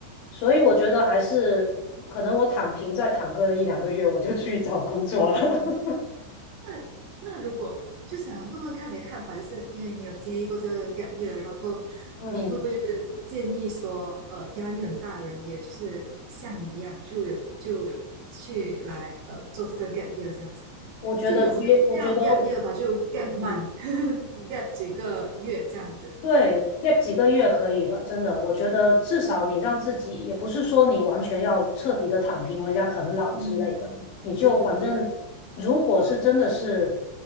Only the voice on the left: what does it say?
所以我觉得还是可能我躺平再躺个一两个月，我就去找工作了。<laughs>
嗯，
我觉得需，
我觉得，
嗯，
对，gap 几个月可以的，真的，我觉得至少你让自己，也不是说你完全要彻底的躺平回家啃老之类的，
你就反正如果是真的是，